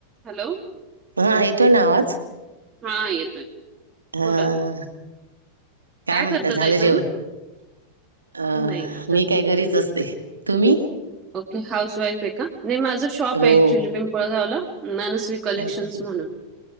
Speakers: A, on the right; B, on the right.
A: Hello
B: हा येतोय ना आवाज
A: हा येतोय
B: हा
A: बोला ना
B: काय म्हणतात
A: करता
B: झालं
A: ताई तुम्ही?
B: जेवण अं
A: नाही आता
B: मी काय घरीच असते तुम्ही
A: ओके हाऊस वाईफ आहे का नाही माझं शॉप
B: हो
A: आहे ऍक्च्युली पिंपळगावला मनसवीिक कलेक्शन्स
B: अच्छा
A: म्हणून